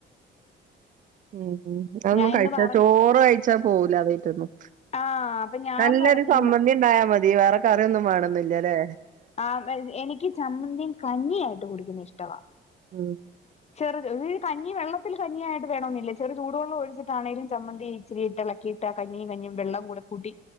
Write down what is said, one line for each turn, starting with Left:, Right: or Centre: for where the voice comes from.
Right: ഉ അതൊന്നും
Left: ഞാൻ
Right: കഴിച്ച
Left: ഇന്ന് പറഞ്ഞ്
Right: ചോറ് കഴിച്ച.. ച്ച പോവൂലാ അതായ്ട്ടൊന്നും
Left: ആഹ് അപ്പൊ ഞാൻ
Right: നല്ലൊരു
Left: പറഞ്ഞു
Right: സംമ്മന്തി
Left: ഇന്ന്
Right: ഉണ്ടായാൽ മതി വേറെ കറിയൊന്നും വേണന്നില്ല അല്ലേ..
Left: ആ എനിക്ക് ചമ്മന്തിയും കഞ്ഞിയയിട്ട് കുടിക്കുന്നു ഇഷ്ടവാ
Right: ഉം
Left: ചെറുത് ഒരു കഞ്ഞി വെള്ളത്തിൽ കഞ്ഞി ആയിട്ട് വേണമെന്നില്ല ചെറു ചൂട് വെള്ളം ഒഴിച്ചിട്ടാണേങ്കിലും ചമ്മന്തി ഇച്ചിരി ഇട്ടിളക്കി ട്ട് കഞ്ഞിയും കഞ്ഞിയും വെള്ളം കൂടെ കൂട്ടി